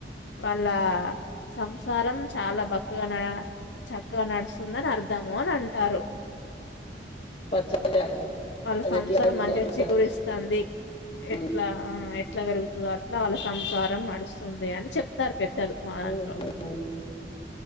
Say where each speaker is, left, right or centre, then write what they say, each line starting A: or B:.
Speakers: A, on the left (about 75°); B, on the left (about 35°).
A: వాళ్ళ సంసారం చాలా బక్కగనగ చక్కగా నడుస్తుందని అర్ధము అని అంట్ టారు
B: పచ్చగా
A: వాళ్ళ
B: అది
A: సంసారం
B: ఎట్లా పెరుగుతుందో
A: మంచిగా
B: అట్లా
A: చిగురిస్తుంది ఎట్లా
B: ఉమ్,
A: ఆ అట్లా పెరుగుతాదో అట్లా వాళ్ళ సంసారం నడుస్తుంది అని చెప్తారు పెద్దలు మా దాంట్లో
B: ఉమ్, ఉమ్.